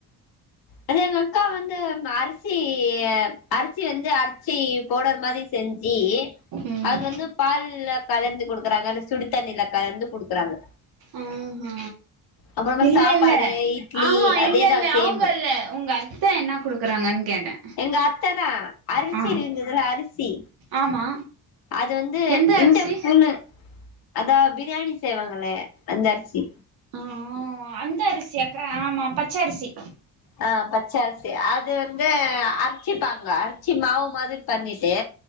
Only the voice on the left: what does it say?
அது எங்க அக்கா வந்து அரிசி அரிசி வந்து அரிச்சி போடற மாதிரி செஞ்சு
அது வந்து பால்ல கலந்து குடுக்குறாங்க அந்த சுடி தண்ணியில கலந்து குடுக்குறாங்க
அப்புறமா
சாப்பாடு
இட்லி
அதேதா
சேம்
எங்க அத்ததான் அரிசி
இருக்குதுல அரிசி
அது வந்து
இந்த புண்ணு அதா பிரியாணி செய்வாங்களே அந்த அரிசி
ஆஹ் பச்சரிசி அது வந்து அரிச்சிப்பாங்க அரிச்சி மாவு மாவு பண்ணிட்டு